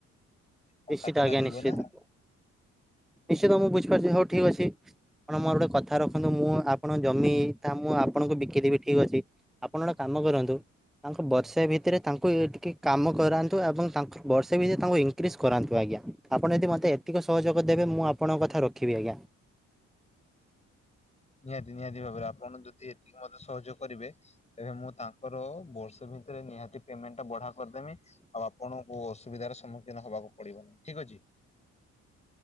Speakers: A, on the left; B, in the centre.
A: ଟଙ୍କା
B: ନିଶ୍ଚିତ
A: ତ ଲାଗିବ
B: ଆଜ୍ଞା ନିଶ୍ଚିତ।
A: ନା
B: ନିଶ୍ଚିତ ମୁଁ ବୁଝିପାରୁଛି। ହଉ ଠିକ୍ ଅଛି। ଆପଣ ମୋର ଗୋଟେ କଥା ରଖନ୍ତୁ। ମୁଁ ଆପଣଙ୍କ ଜମି ତା ମୁଁ ଆପଣଙ୍କୁ ବିକିଦେବି ଠିକ୍ ଅଛି। ଆପଣ ଗୋଟେ କାମ କରନ୍ତୁ ତାଙ୍କୁ ବର୍ଷେ ଭିତେରେ ତାଙ୍କୁ ଟିକେ କାମ କରାନ୍ତୁ ଏବଂ ତାଙ୍କ ବର୍ଷେ ଭିତରେ ତାଙ୍କୁ ଇନକ୍ରିଜ କରାନ୍ତୁ ଆଜ୍ଞା। ଆପଣ ଯଦି ମତେ ଏତିକ ସହଯୋଗ ଦେବେ ମୁଁ ଆପଣଙ୍କ କଥା ରଖିବି ଆଜ୍ଞା।
A: ନିହାତି ନିହାତି ଭାବରେ ଆପଣ ଯଦି ଏତିକି ମତେ ସହଯୋଗ କରିବେ ଏବେ ମୁଁ ତାଙ୍କର ବର୍ଷେ ଭିତେରେ ନିହାତି ପେମେଣ୍ଟଟା ବଢା କରିଦେମି। ଆଉ ଆପଣଙ୍କୁ ଅସୁବିଧାର ସମ୍ମୁଖୀନ ହବାକୁ ପଡିବନି ଠିକ୍ ଅଛି।